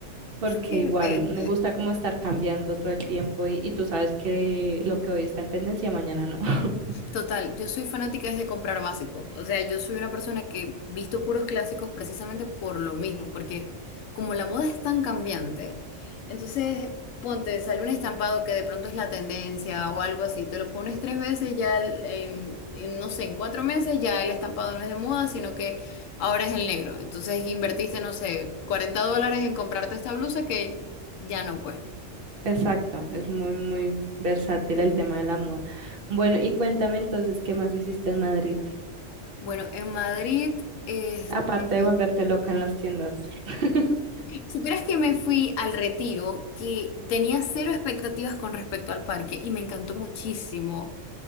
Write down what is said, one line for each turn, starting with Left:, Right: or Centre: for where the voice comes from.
Right: Porque
Left: De
Right: igual
Left: repente.
Right: me gusta como estar cambiando todo el tiempo y, y tú sabes que lo que hoy está en tendencia, mañana no. <laughs>
Left: Total, yo soy fanática es de comprar básicos. O sea, yo soy una persona que visto puros clásicos precisamente por lo mismo, porque como la moda es tan cambiante, entonces ponte, sale un estampado que de pronto es la tendencia o algo así, te lo pones tres veces, ya el- en, en, no sé, en cuatro meses ya el estampado no es de moda, sino que ahora es el negro. Entonces invertiste, no sé, 40 dólares en comprarte esta blusa que ya no, pues.
Right: Exacto, es muy, muy versátil el tema de la moda. Bueno, y cuéntame entonces, ¿qué más hiciste en Madrid?
Left: Bueno, en Madrid, este,
Right: Aparte de volverte loca en las tiendas. <laughs>
Left: Si crees que me fui al retiro, que tenía cero expectativas con respecto al parque y me encantó muchísimo,